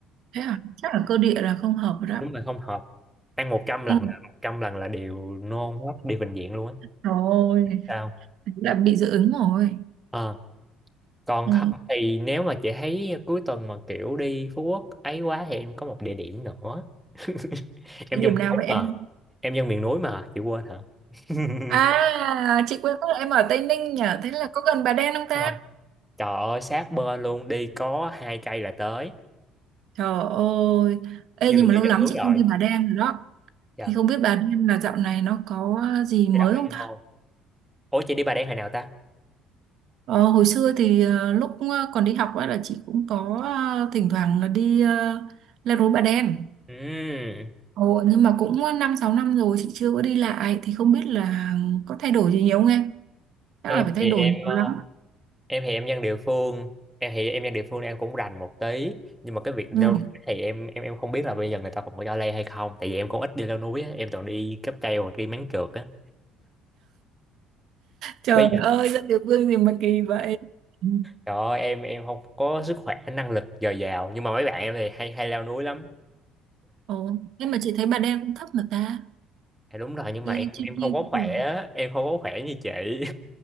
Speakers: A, on the right; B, in the centre.
A: thế à chắc là cơ địa là không hợp rồi
B: đúng
A: đó
B: là không hợp ăn một trăm lần
A: ừ.
B: là 100 lần là đều nôn hết đi bệnh viện luôn á
A: rồi
B: sao
A: là bị dị ứng rồi
B: Ờ, còn
A: ừ.
B: không thì nếu mà chị thấy cuối tuần mà kiểu đi Phú Quốc ấy quá thì em có một địa điểm nữa <laughs> em
A: địa điểm
B: dân miền
A: nào
B: núi
A: vậy em
B: mà em dân miền núi mà chị quên hả <laughs>
A: à chị quên mất là em ở Tây Ninh nhỉ thế là có gần Bà Đen không ta
B: Ờ, trời ơi sát bên luôn đi có hai cây là tới
A: Trời ơi, ê
B: như
A: nhưng
B: là
A: mà
B: dưới
A: lâu
B: chân
A: lắm
B: núi
A: chị
B: rồi
A: không đi Bà Đen rồi đó.
B: dạ
A: Thì không biết Bà Đen là dạo này nó có ờ, gì mới
B: thay đổi
A: không
B: gì
A: ta?
B: không ủa chị đi Bà Đen hồi nào ta
A: Ờ, hồi xưa thì ờ, lúc ờ, còn đi học ấy là chị cũng có ờ, thỉnh thoảng là đi ờ, leo núi Bà Đen.
B: Ừm,
A: Ồ, nhưng mà cũng 5 6 năm rồi chị chưa có đi lại thì không biết là có thay đổi gì nhiều không em? Chắc
B: em
A: là phải thay
B: thì
A: đổi
B: em
A: nhiều
B: ờ,
A: lắm.
B: em thì em dân địa phương em thì em dân địa phương em cũng rành một tí nhưng mà cái việc
A: Ừ.
B: leo núi thì em em em không biết là bây giờ người ta còn có cho leo hay không tại vì em cũng ít đi leo núi á em toàn đi cáp treo hoặc đi máng trượt á
A: Trời
B: bây giờ
A: ơi, dân địa phương gì mà kỳ vậy. Ừ.
B: trời ơi, em em không có sức khỏe năng lực dồi dào nhưng mà mấy bạn em thì hay hay leo núi lắm
A: Ồ, nhưng mà chị thấy Bà Đen cũng thấp mà ta.
B: Dạ đúng rồi nhưng mà
A: Leo
B: em
A: trên
B: em không
A: kia
B: có
A: cũng
B: khỏe
A: được.
B: á, em không có khỏe như chị <laughs>